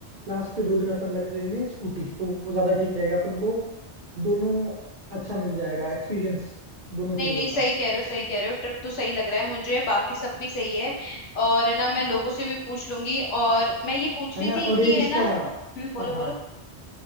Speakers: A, on the right; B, on the left.
A: लास्ट के दो दिन अपन रख लेंगे स्कूटी तो वो ज्यादा ठीक रहेगा अपन को दोनों अच्छा मिल जाएगा एक्सपीरियंस दोनों चीजों
B: नहीं नहीं सही
A: का
B: कह रहे हो सही कह रहे हो ट्रिप तो सही लग रहा है मुझे बाकी सब भी सही है और है ना मैं लोगों से भी पूछ लूंगी और मैं ये पूछ
A: है
B: रही
A: ना
B: थी
A: और
B: कि
A: एक
B: है
A: इसका
B: ना हम्म बोलो
A: हाँ हाँ
B: बोलो